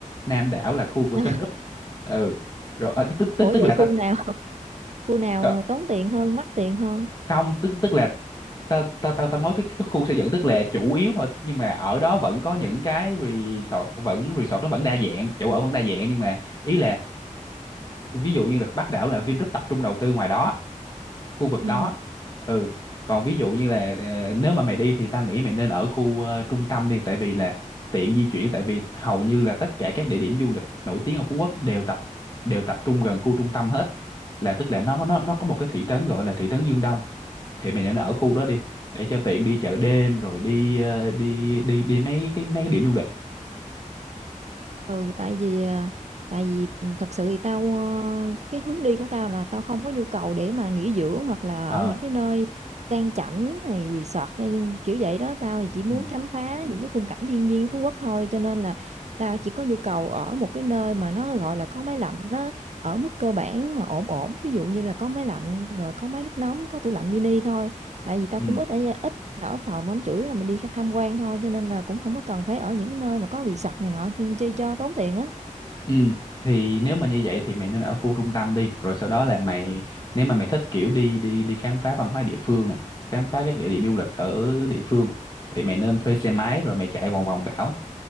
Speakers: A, on the left; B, on the right.
A: Nam đảo là khu của
B: <laughs>
A: Sun Group. Ừ. Rồi ờ, tức tức
B: Ủa
A: tức
B: vậy
A: là ta
B: khu nào? Khu nào
A: ờ,
B: tốn tiền hơn, mắc tiền hơn?
A: không tức tức là ta ta ta, ta nói cái, cái khu xây dựng tức là chủ yếu thôi nhưng mà ở đó vẫn có những cái resort vẫn resort nó vẫn đa dạng, chỗ ở vẫn đa dạng nhưng mà ý là ví dụ như là Bắc đảo là Vingroup tập trung đầu tư ngoài đó khu vực
B: Ừ.
A: đó ừ còn ví dụ như là ờ, nếu mà mày đi thì tao nghĩ mày nên ở khu ờ, trung tâm đi tại vì là tiện di chuyển tại vì hầu như là tất cả các địa điểm du lịch nổi tiếng ở Phú Quốc đều tập đều tập trung gần khu trung tâm hết là tức là nó nó nó có một cái thị trấn gọi là thị trấn Dương Đông thì mày nên ở khu đó đi để cho tiện đi chợ đêm rồi đi ờ, đi đi đi mấy cái mấy cái điểm du lịch
B: ừ tại vì à, tại vì thật sự thì tao ờ, cái hướng đi của tao là tao không có nhu cầu để mà nghỉ dưỡng hoặc là
A: ờ
B: ở những cái nơi sang chảnh này resort hay kiểu vậy đó tao thì chỉ muốn
A: ừ
B: khám phá những cái khung cảnh thiên nhiên của Phú Quốc thôi cho nên là tao chỉ có nhu cầu ở một cái nơi mà nó gọi là có máy lạnh nó ở mức cơ bản mà ổn ổn ví dụ như là có máy lạnh rồi có máy nước nóng có tủ lạnh mini thôi tại vì tao
A: ừ
B: cũng ít ở ít đỡ phòng lắm chủ yếu là mình đi tham quan thôi cho nên là cũng không có cần phải ở những cái nơi mà có resort này nọ ừ, chi cho tốn tiền á
A: Ừ, thì nếu mà như vậy thì mày nên ở khu trung tâm đi, rồi sau đó là mày nếu mà mày thích kiểu đi đi đi khám phá văn hóa địa phương này, khám phá các địa điểm du lịch ở địa phương thì mày nên thuê xe máy rồi mày chạy vòng vòng đảo.